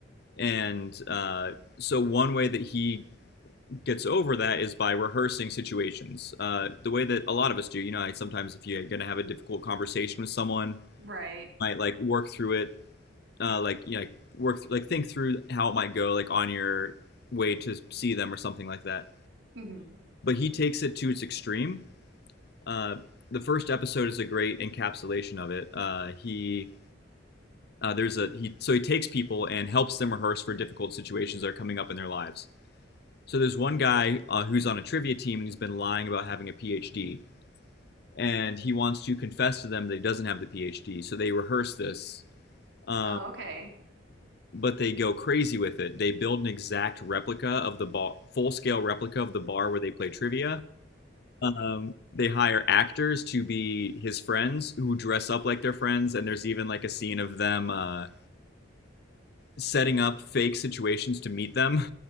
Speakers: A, on the left; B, on the right.
A: And uh, so one way that he gets over that is by rehearsing situations, uh, the way that a lot of us do. You know, like sometimes if you're going to have a difficult conversation with someone,
B: Right.
A: might like work through it, uh, like you know, like, work th- like think through how it might go, like on your way to see them or something like that.
B: hmm
A: But he takes it to its extreme. Uh, the first episode is a great encapsulation of it. Uh, he Uh, there's a he so he takes people and helps them rehearse for difficult situations that are coming up in their lives. So there's one guy uh, who's on a trivia team and he's been lying about having a PhD, and he wants to confess to them that he doesn't have the PhD. So they rehearse this, um,
B: Oh, okay.
A: but they go crazy with it. They build an exact replica of the bar, full-scale replica of the bar where they play trivia. Um, they hire actors to be his friends who dress up like their friends, and there's even like a scene of them uh, setting up fake situations to meet them